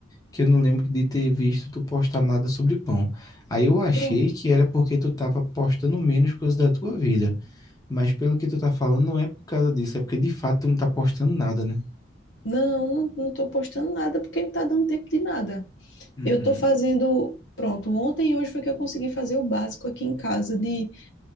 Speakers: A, on the left; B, on the left.
A: que eu não lembro de ter visto tu postar nada sobre pão. Aí eu achei
B: pronto.
A: que era porque tu tava postando menos coisas da tua vida. Mas pelo que tu tá falando, não é por causa disso, é porque de fato tu não tá postando nada, né?
B: Não, não, não tô postando nada porque não tá dando tempo de nada.
A: Uhum,
B: Eu tô fazendo, pronto, ontem e hoje foi que eu consegui fazer o básico aqui em casa de